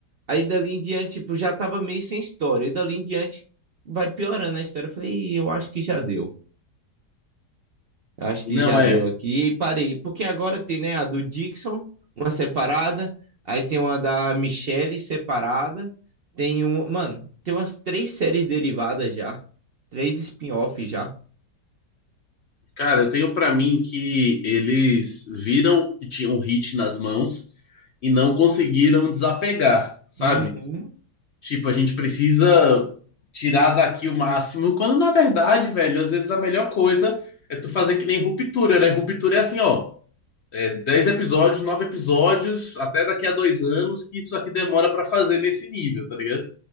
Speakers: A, on the right (about 80°); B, on the left (about 75°).
A: Aí dali em diante, tipo, já tava meio sem história. E dali em diante vai piorando a história. Eu falei, "Ih, eu acho que já deu. Eu acho
B: Não,
A: que já
B: é.
A: deu aqui. E parei, porque agora tem, né, a do Dixon, uma separada. Aí tem uma da Michelle separada. Tem um. Mano, tem umas três séries derivadas já. Três spin-offs já.
B: Cara, eu tenho pra mim que eles viram que tinham um hit nas mãos e não conseguiram desapegar, sabe?
A: Uhum.
B: Tipo, a gente precisa tirar daqui o máximo, quando na verdade, velho, às vezes a melhor coisa é tu fazer que nem Ruptura, né? Ruptura é assim, ó, é 10 episódios, 9 episódios, até daqui a dois anos, que isso aqui demora pra fazer nesse nível, tá ligado?